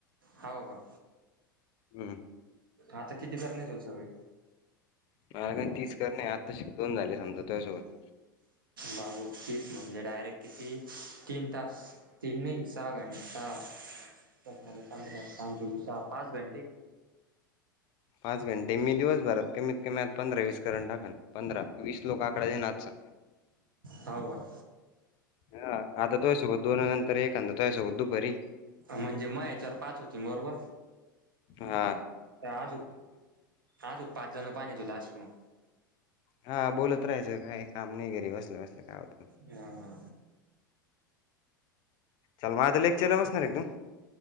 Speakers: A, on the right (about 75°); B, on the left (about 45°).
A: हाव का
B: हं.
A: आता किती करणे तूल सगळे?
B: <unintelligible> तीस करणे आताशिक दोन झाले समजा तूयासोबत.
A: बाबो तीस म्हणजे डायरेक्ट किती तीन तास. तीन नाही सहा घंट <unintelligible> हा सहा पाच घंटे.
B: पाच घंटे मी दिवस भरात कमीत कमी आज पंधरा वीस करून टाकन, पंधरा वीस लोक आकडा येईन आजचा.
A: हाव का?
B: हा आता तुया सोबत दोन नंतर एखदा तुया सोबत दुपारी.
A: म्हणजे माह्या याच्यावर पाच होतीनं बरोबर.
B: हा!
A: त्यां आजूक, आजूक पाच जण पाहने तुला अशी मंग.
B: हा बोलत राहायचं काही काम नाही घरी बसल्या बसल्या काय होत.
A: हा हा
B: चल म, आता लेक्चरला बसणार आहे का तू?